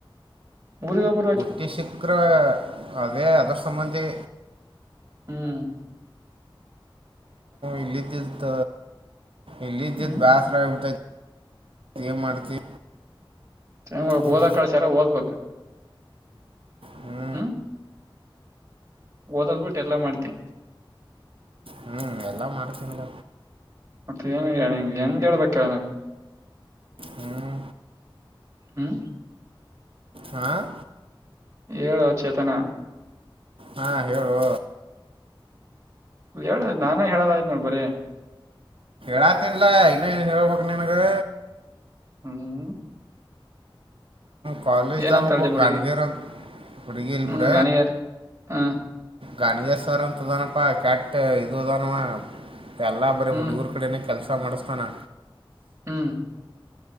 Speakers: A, on the right; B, on the right.
A: ಗುರಿಗ.
B: ಟಿ ಶಿಕ್ರ ಅದೇ ಅದರ ಸಂಬಂಧಿ.
A: ಹ್ಮ.
B: ಇಲ್ಲ್ದತ್ ಇಲ್ಲ ಇದ್ದಿದ್ದ
A: ಹ್ಮ್
B: ಬ್ಯಾಸ್ರಬಟ್ಟೈ. ಏ ಮಾಡ್ತಿ.
A: ಚ
B: ಹ್ಞೂ
A: ಓದಕ್ಕಳಸರ ಓದ್ಬೇಕ
B: ಹ್ಞೂ
A: ಹ್ಮ್. ಓದದ್ ಬಿಟ್ಟು ಎಲ್ಲಾ ಮಾಡ್ತೆ.
B: ಹ್ಞೂ ಎಲ್ಲ ಮಾಡತನ.
A: ಮತ್ತ ಏನು ಹೇಳ ಹೆಂಗಗೆ ಹೇಳ್ಬೇಕಲ್ಲ ನಾನು.
B: ಹ್ಞೂ
A: ಹ್ಮ್.
B: ಹಾಂ
A: ಏಳೋಚೇತನ.
B: ಹಾಂ ಹೇಳು
A: ಹೇಳ ನಾನೇ ಹೇಳದಾಯಯ್ತ್ ನೋಡ ಬರೀ.
B: ರಾತನ್ಲ್ಲ ಇನ್ನ ನು ಹೇಳ್ಬೇಕು ನಿನಗೆ.
A: ಹ್ಮ್.
B: ಪದಲ ಇಸಾಗಪ್ಪ
A: ಏನಂತಾಳ ನಿಮ್ ಹುಡುಗಿ
B: ಗನಗೀರ ಹುಡಿಗಲಿಪುಡ.
A: ಹ್ಮ್ ಗಾಣಿಗ್ಯಾರ್ ಹ
B: ಗನಜೇಶ್ವರ ಅಂತ ತನಪ ಕ್ಯಾಟ್. ಬ ಇದುದಾನವಾ. ಎಲ್ಲ ಬರೀ
A: ಹ್ಮ್
B: ಹುಡುಗರು ಕಡನೇ ಕೆಲಸ ಮಾಡಿಸ್ತಾನೆ.
A: ಹ್ಮ್.